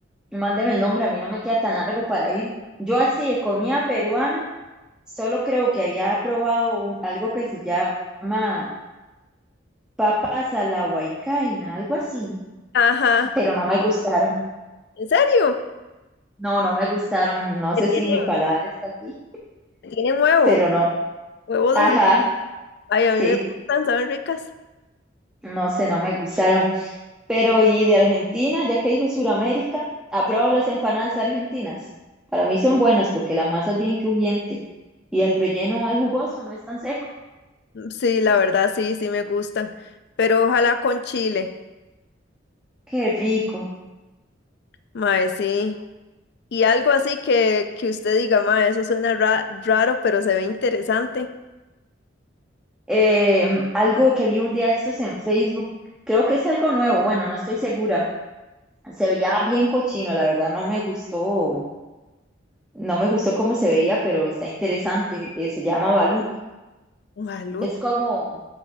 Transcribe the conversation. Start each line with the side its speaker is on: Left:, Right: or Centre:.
Centre: Mándeme el nombre, a mí no me queda tan largo para ir. Yo así de comida peruana, solo creo que había probado un- algo que se llama papas a la huaycaina, algo así,
Left: Ajá,
Centre: pero no me gustaron.
Left: ¿en serio?
Centre: No, no me gustaron. No
Left: Que
Centre: sé
Left: tienen,
Centre: si mi paladar está así,
Left: tienen huevo,
Centre: pero no.
Left: huevo
Centre: Ajá,
Left: duro. Ay, a
Centre: sí,
Left: mí me gustan, ¿saben ricas?
Centre: no sé, no me gustaron. Pero y de Argentina, ya que dijo Suramérica, ¿ha probado las empanadas argentinas? Para mí son buenas porque la masa es bien crujiente y el relleno es jugoso, no es tan seco.
Left: Sí, la verdad, sí, sí me gustan, pero ojalá con chile.
Centre: Qué rico.
Left: Mae, sí. Y algo así que, que usted diga, ma, eso suena ra- raro, pero se ve interesante.
Centre: Eh, algo que vi un día de estos en Facebook, creo que es algo nuevo, bueno, no estoy segura. Se veía bien cochino, la verdad no me gustó, no me gustó cómo se veía, pero está interesante. eh, se llama balut.
Left: Gualuta.
Centre: Es como,